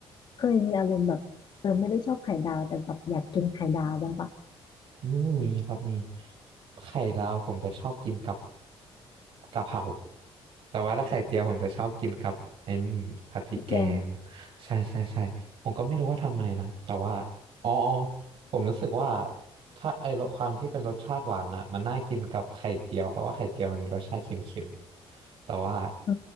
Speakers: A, on the left; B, on the right.
A: เคยมีอารมณ์แบบเออไม่ได้ชอบไข่ดาวแต่แบบอยากกินไข่ดาวบ้างปะ
B: อืมมีครับมีไข่ดาวผมจะชอบกินกับกะเพรา แต่ว่าถ้าไข่เจียวผมจะชอบกินกับไอ้นี่ผัดพริกแกง
A: พี่แกง
B: ใช่ใช่ใช่ผมก็ไม่รู้ว่าทำไมนะแต่ว่าอ๋ออ๋อผมรู้สึกว่าถ้าไอ้รสความที่เป็นรสชาติหวานอ่ะมันน่ากินกับไข่เจียวเพราะว่าไข่เจียวมันมีรสชาติเค็มๆแต่ว่า
A: อื